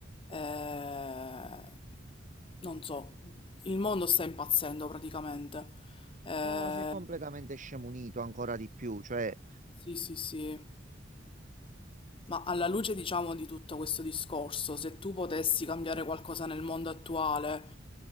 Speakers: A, on the left; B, on the right.
A: eh, non so, il mondo sta impazzendo praticamente. Eh,
B: No, si è completamente scemunito ancora di più, cioè
A: sì, sì, sì. Ma alla luce, diciamo, di tutto questo discorso, se tu potessi cambiare qualcosa nel mondo attuale,